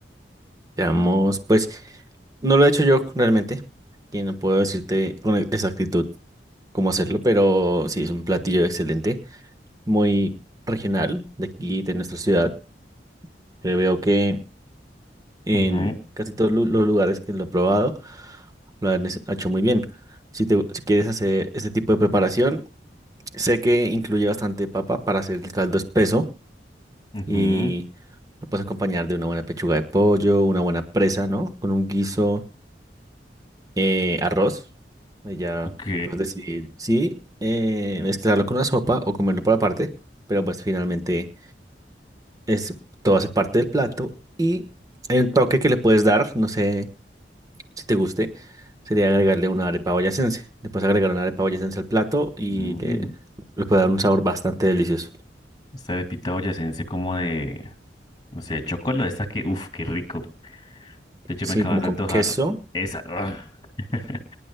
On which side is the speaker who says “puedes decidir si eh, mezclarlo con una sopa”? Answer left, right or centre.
Right